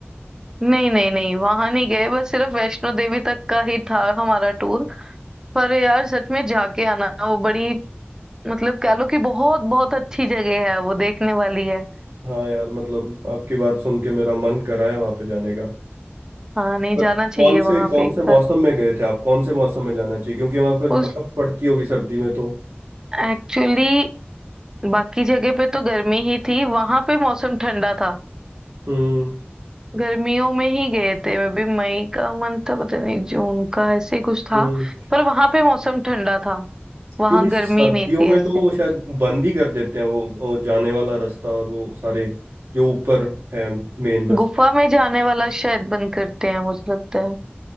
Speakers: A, on the right; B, on the right.
A: नहीं नहीं नहीं वहां नहीं गए बस सिर्फ वैष्णो देवी तक का ही था हमारा टूर पर यार सच में जाके आना वो बड़ी मतलब कह लो कि बहुत बहुत अच्छी जगह है वो देखने वाली है
B: हाँ यार मतलब आपकी बात सुन के मेरा मन करा है वहां पे जाने का
A: हाँ नहीं
B: पर
A: जाना चाहिए
B: कौन से
A: वहां
B: कौन
A: पे एक
B: से मौसम
A: बार
B: में गए थे आप कौन से मौसम में जाना चाहिए क्योंकि वहां पर
A: उस
B: बर्फ पड़ती होगी सर्दी में तो
A: एक्चुअली बाकी जगह पे तो गर्मी ही थी वहां पे मौसम ठंडा था
B: हम्म
A: गर्मियों में ही गए थे मैं भी मई का मंथ था पता नहीं जून का ऐसे ही कुछ था
B: हम्म
A: पर वहां पे मौसम ठंडा था वहां
B: क्योंकि सर्दियों
A: गर्मी नहीं थी
B: में
A: ऐसे
B: तो वो शायद बंद ही कर देते हैं वो, वो जाने वाला रास्ता और वो सारे जो ऊपर है मेन रास्ते
A: गुफा में जाने वाला शायद बंद करते हैं मुझे लगता है